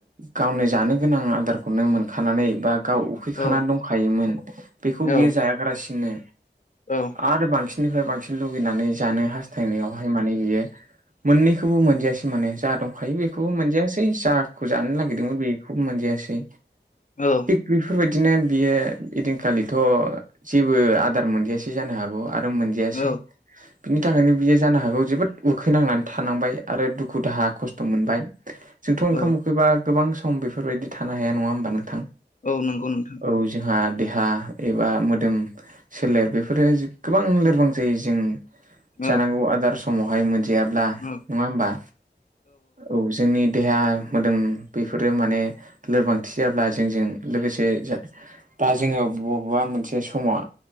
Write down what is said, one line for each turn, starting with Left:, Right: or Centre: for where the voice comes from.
Right: गावनो जानो गोनां आदारखौनो मोनखानानै बा ओ गावनि उखैखाना
Left: औ
Right: दंखायोमोन बेखौ
Left: औ
Right: बियो जायागारासिनो
Left: औ।
Right: आरो बांसिननिफ्राय बांसिन लुगैनानै जानो हास्थायनायावहायबो हायो माने बियो मोननैखौबो मोनजायासै माने जा दंखायो बेखौबो मोनजायासै जायो। खौ जानो नागिरदोंमोन बेखौबो मोनजायासै।
Left: औ।
Right: बेफोरबादिनो बियो इदिनखालिथ' जेबो आदार मोनजयासै जानो हागौ आरो मोनो। जायासै
Left: औ
Right: बिनि थाखायनो बियो जानो हागौ जोबोद उखै नांनानै थानांबाय आरो दुखु दाहा खस्थ' मोनबाय जोंथ' ओंखाम
Left: औ
Right: उखैबा गोबां सम बेफोरबायदि थानो हाया नङा होमबा नोंथां?
Left: औ नंगौ नोंथां।
Right: औ जोंहा देहा एबा मोदोम सोलेर बेफोरो गोबां लोरबां जायो जों जों
Left: औ
Right: जानांगौ आदार समावहाय मोनजायाब्ला नङा
Left: औ
Right: होमबा? औ जोंनि देहा मोदोम बेफोरो माने लोरबांथि जाब्ला जोंजों लोगोसे बा जोङो बबेबा मोनसे समाव